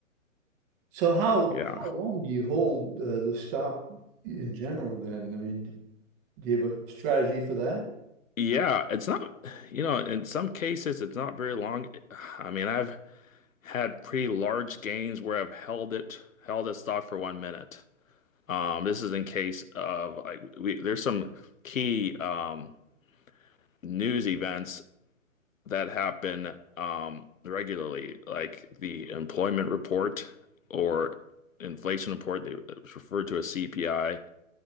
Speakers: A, on the right; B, on the left.
A: So, how
B: Yeah.
A: how long do you hold uh, the stock in general then? I mean, do you have a strategy for that?
B: Yeah, it's not, you know, in some cases, it's not very long. I mean, I've had pretty large gains where I've held it, held a stock for one minute. Um, this is in case of like we, there's some key um, news events that happen um, regularly, like the employment report or inflation report, they, it was referred to as CPI,